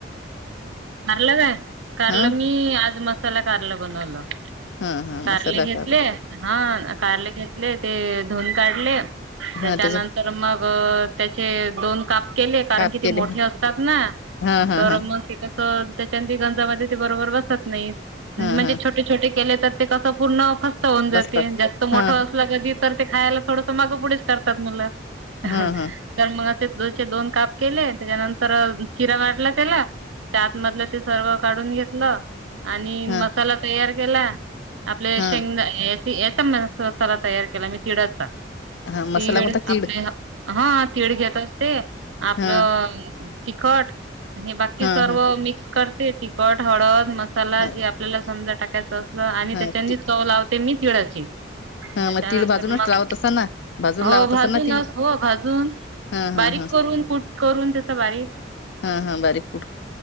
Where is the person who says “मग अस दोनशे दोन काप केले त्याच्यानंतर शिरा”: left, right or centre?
Right